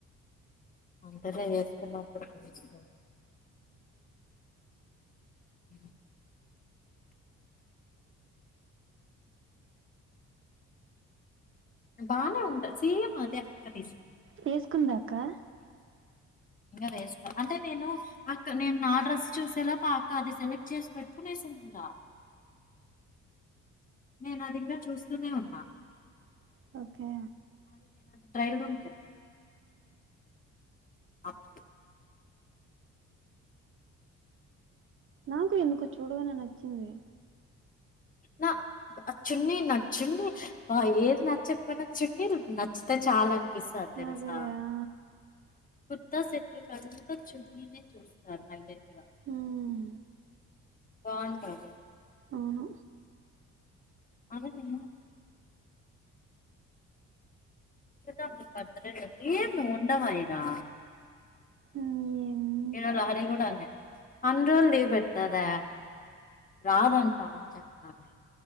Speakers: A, on the left (about 25°); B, on the right (about 45°).
A: అంటనే వేస్తున్నప్పుడు తెలుస్తుంది అ బాగానే ఉంటా సీఎ అదే అక్క తీసుకు
B: వేసుకుందాకా
A: ఇంకా వేసుకో అంటే నేను అక్క నేను నా డ్రస్ చూసేలా అక్క అది సెలెక్ట్ చేసి పెట్టుకునే వేసింది కూడా నేను ఆ దగ్గర చూస్తూనే ఉన్నా
B: ఓకే
A: ఫైల్ రూమ్ కలర్ అప్పు
B: నాకు ఎందుకు చూడగానే నచ్చ చోరే
A: నా చున్నీ న చున్నీ ఏది నచ్చకపోయినా చున్నీ నచ్చితే చాలా అ స తె
B: అదే
A: రసా
B: ఆ
A: కుత్తా సెట్లు కదంతా చూన్న చూస్తారు హైలెట్గా
B: హ్మ్
A: బాగుంటదు
B: అవును
A: అలా నే ఇదా అ పతుడ ను ఉండవయరా
B: ఎందే
A: ఈ రోజు హర కూడా అ అన్ని రోజులు లీవ్ పెడతదా రాదంటా అని చెప్తున్నాను నేను